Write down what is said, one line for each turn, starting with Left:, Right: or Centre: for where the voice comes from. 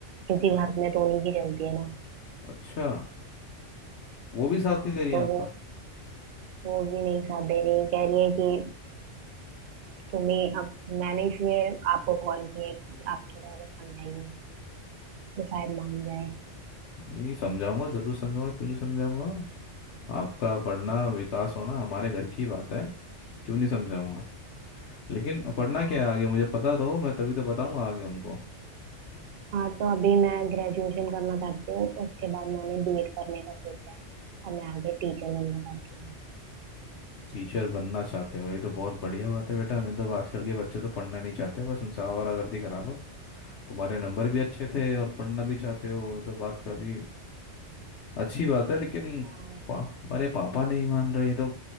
Right: क्योंकि
Left: अ-
Right: घर में तो उन्हीं की चलती है ना
Left: अच्छा वो भी साथ
Right: हाँ
Left: नहीं दे रही
Right: तो
Left: है आपका
Right: वो वो भी नहीं साथ दे रही है कह रही है कि तो मैं अब मैंने इसलिए आपको कॉल किया है कि आप थोड़ा अगर समझाइए तो शायद मान जाए
Left: नहीं समझाऊंगा जरूर समझाऊंगा क्यों नहीं समझाऊंगा आपका पढ़ना विकास होना हमारे घर की बात है क्यों नहीं समझाऊंगा लेकिन पढ़ना
Right: हाँ
Left: क्या है आगे मुझे पता तो हो मैं तभी तो बताऊंगा आगे उनको
Right: हाँ तो अभी मैं ग्रेजुएशन करना चाहती हूँ उसके बाद मैंने बीएड करने का सोचा है और मैं आगे टीचर बनना चाहती हूँ
Left: टीचर बनना चाहते हो ये तो बहुत बढ़िया बात है बेटा मतलब आजकल के बच्चे तो पढ़ना नहीं चाहते बस उनसे आवारागर्दी करा लो तुम्हारे नंबर भी अच्छे थे और पढ़ना भी चाहते हो ये तो बात काफी अच्छी बात है लेकिन
Right: हाँ,
Left: पा, हमारे पापा नहीं मान रहे ये तो